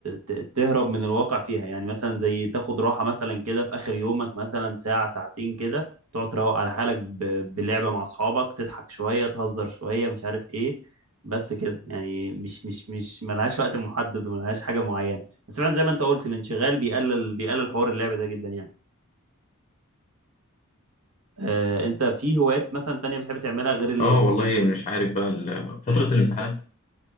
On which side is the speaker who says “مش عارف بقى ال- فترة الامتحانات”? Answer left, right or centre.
Left